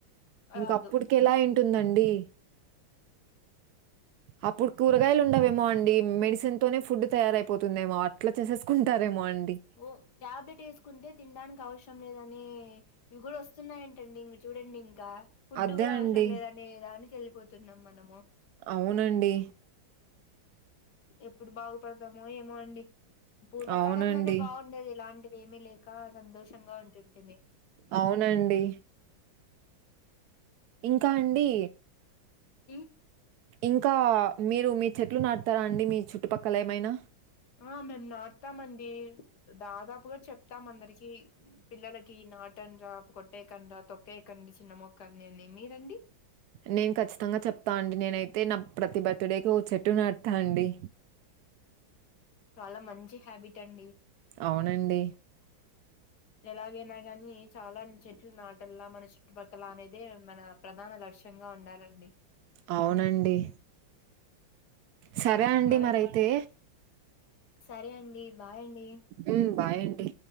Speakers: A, on the left (about 55°); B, on the right (about 75°).
A: రాదు
B: ఇంకా అప్పుడుకే ఎలా అయింటుందండి అప్పుడు కూరగాయలు ఉండవేమో అండి మెడిసిన్ తోనే ఫుడ్ తయారైపోతుందేమో అట్లా చేసేసుకుంటారేమో అండి
A: ఓ ట్యాబ్లెట్ వేసుకుంటే తినడానికి అవసరం లేదని ఇవి కూడా వస్తున్నాయింటండి ఇ చూడండి ఇంకా ఫుడ్
B: అదే
A: కూడా
B: అండి.
A: అవసరం లేదనే దానికి వెళ్ళిపోతున్నాం మనము
B: అవునండి
A: ఎప్పుడు బాగుపడతామో ఏమో అండి పూర్వకాలంలోనే
B: అవునండి.
A: బాగుండేది ఇలాంటివి ఏమీ లేక సంతోషంగా ఉంటుంటి మీ
B: అవునండి ఇంకా అండి
A: హ్మ్మ్
B: ఇంకా మీరు మీ చెట్లు నాడతారా అండి మీ చుట్టుపక్కల ఏమైనా
A: ఆ మేము నాడతామండి దాదాపుగా చెప్తాం అందరికి పిల్లలకి నాటనరా కొట్టేయకండిర నటండిరా తొక్కేయకండి చిన్న మొక్కలని అని మీరండి
B: నేను అయితే ఖచ్చితంగా చెప్తాను అండి నేనైతే నా ప్రతి బర్త్డేకి ఓ చెట్టు నడతా అండి
A: చాలా మంచి హ్యాబిట్ అండి
B: అవునండి ్
A: ఎలాగైనా గాని చాలాన్ చెట్లు నాటల్లా మన చుట్టుపక్కల అనేది మన ప్రధాన లక్ష్యంగా ఉండాలండి
B: అవునండి సరే అండి
A: మనం
B: మరైతే
A: సరే అండి బాయ్ అండి
B: ఉమ్ బాయ్ అండి